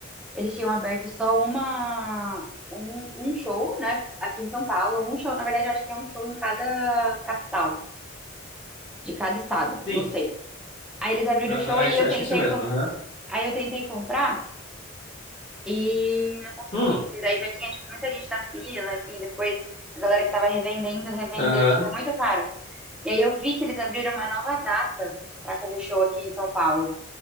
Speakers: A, in the centre; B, on the left.
A: Eles tinham aberto só uma, um, um show, né? Aqui em São Paulo. Um show, na verdade, eu acho que é um show em cada capital, de cada estado,
B: Sim.
A: não sei. Aí eles abriram
B: Aham.
A: o show aí
B: é isso-
A: eu
B: Acho
A: tentei,
B: que é isso mesmo.
A: com-
B: Aham.
A: aí eu tentei comprar e não consegui.
B: Hum.
A: E daí já tinha, tipo, muita gente na fila, enfim, depois a galera que tava revendendo, revendeu,
B: Aham.
A: tipo, muito caro. E aí eu vi que eles abriram uma nova data pra fazer show aqui em São Paulo.